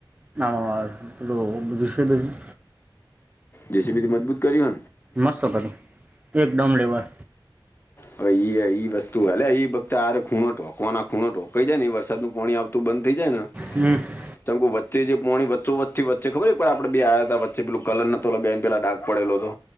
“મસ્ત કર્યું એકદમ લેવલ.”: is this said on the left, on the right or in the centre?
Right